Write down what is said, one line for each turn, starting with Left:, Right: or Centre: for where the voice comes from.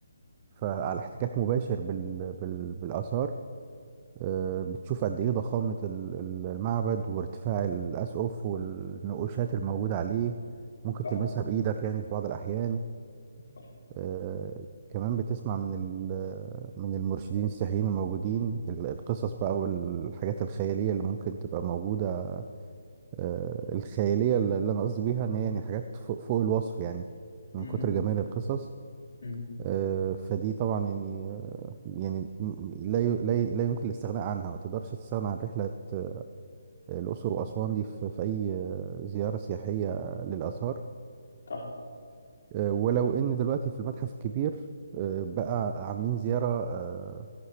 Right: فعلى احتكاك مباشر بال... بال... بالآثار آه، بتشوف قد إيه ضخامة ال- ال- المعبد وارتفاع الأسقف والنقوشات الموجودة عليه ممكن
Left: صح
Right: تلمسها بإيدك يعني في بعض الأحيان
Left: صح
Right: آه، كمان بتسمع من ال... من المرشدين السياحيين الموجودين ال- القصص بقى والحاجات الخيالية اللي ممكن تبقى موجودة آه، الخيالية اللي اللي أنا قصدي بيها إن هي يعني حاجات فوق فوق الوصف يعني من
Left: امم
Right: كتر جمال القصص
Left: امم
Right: آه، فدي طبعا يعني آه، يعني م- لا ي- لا ي- لا يمكن الاستغناء عنها ما تقدرش تستغنى عن رحلة آه، الأقصر وأسوان دي في في أي آه، زيارة سياحية للآثار
Left: صح
Right: آه، ولو إن دلوقتي في المتحف الكبير آه، بقى عاملين زيارة آه،